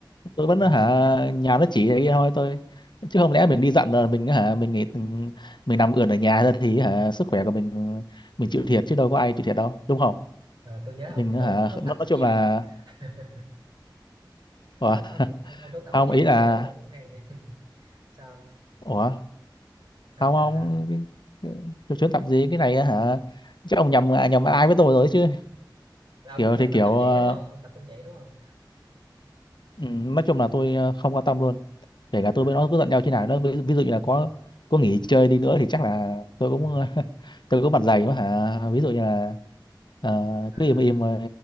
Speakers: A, on the left (about 70°); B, on the right (about 70°).
A: tôi vẫn
B: ừ.
A: hả nhà nó chỉ này thôi tôi chứ không lẽ mình đi giận rồi mình hả mình nghỉ mình nằm ườn ở nhà ra thì hả sức khỏe của mình mình chịu thiệt chứ đâu có ai chịu thiệt đâu đúng không
B: Ờ, tôi nhớ ông
A: mình hả
B: trốn trốn tập
A: nó nói
B: cũng
A: chung
B: nhiều
A: là
B: mà <laughs>
A: Ủa? <laughs>
B: ông, ông ông trốn tập
A: không
B: cũng nhiều
A: ý
B: ông
A: là
B: nói được câu đấy cũng hay <laughs> sao
A: Ủa
B: sao
A: không
B: sao
A: không
B: sao
A: cái- cái- cái chuyến tập gì cái này á hả chắc ông nhầm à, nhầm ai với tôi rồi chứ
B: là ông
A: kiểu
B: kiểu ông
A: thì
B: tập
A: kiểu
B: chăm chỉ
A: ờ,
B: đúng không ông tập chăm chỉ đúng không
A: ừ, nói chung là tôi ờ, không quan tâm luôn kể
B: à
A: cả tôi với nó cứ giận nhau thế nào nữa ví, ví dụ như là
B: ừ
A: có có nghỉ chơi đi nữa thì chắc là tôi cũng
B: ừ
A: <laughs> tôi cũng mặt dày mà hả ví dụ như là ờ,
B: à,
A: cứ im im ờ,